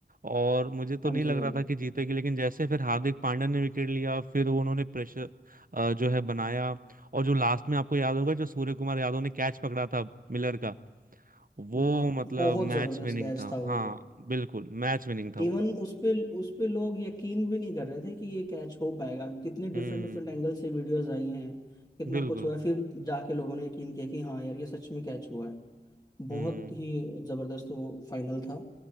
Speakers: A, on the right; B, on the left.
A: और मुझे तो
B: हाँ
A: नहीं
B: जी
A: लग
B: हाँ
A: रहा
B: जी
A: था कि जीतेगी लेकिन जैसे फिर हार्दिक पांड्या ने विकेट लिया फिर उन्होंने प्रेशर अ, जो है बनाया और जो लास्ट में आपको याद होगा जो सूर्य कुमार यादव ने कैच पकड़ा था मिलर का वो
B: ब-
A: मतलब
B: बहुत
A: मैच
B: जबरदस्त
A: विनिंग
B: कैच
A: था
B: था
A: हाँ
B: वो तो
A: बिल्कुल मैच विनिंग था वो
B: इवन उस पे उस पे लोग यकीन भी नहीं कर रहे थे कि ये कैच हो पाएगा कितने डिफरेंट
A: हम्म
B: डिफरेंट एंगल से वीडियोस आई हैं कितना
A: बिल्कुल
B: कुछ हुआ है फिर जाके लोगों ने यकीन किया कि हाँ यार ये सच में कैच हुआ है बहुत
A: हम्म
B: ही जबरदस्त वो फाइनल था